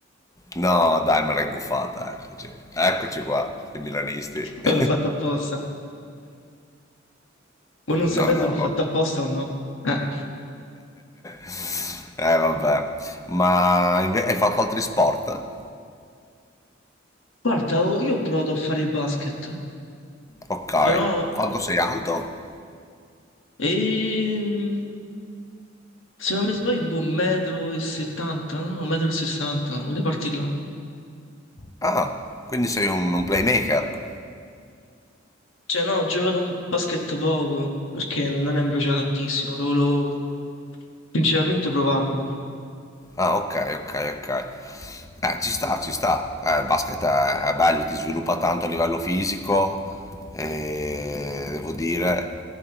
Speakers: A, on the left (about 15°); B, on the left (about 80°).
A: No, dai, me l'hai buffata, eccoci. Eccoci qua, i milanisti. <laughs>
B: L'ho fatto apposta. Ma non sapevo
A: No, no,
B: se l'ho fatto
A: vabbè.
B: apposta o no. Eh.
A: <laughs> Eh, vabbè. Ma inve- hai fatto altri sport?
B: Guarda, ho- io ho provato a fare basket,
A: Ok.
B: però
A: Quanto sei alto?
B: ehm, se non mi sbaglio tipo un metro e settanta, no? un metro e sessanta, volevo partire là.
A: Ah, quindi sei un un playmaker.
B: Cioè, no, ho giocato un basket poco perché non è mi piace tantissimo. Lo volevo sinceramente provarlo.
A: Ah, ok, ok, ok. Eh, ci sta, ci sta. Eh, il basket è, è bello, ti sviluppa tanto a livello fisico, e devo dire,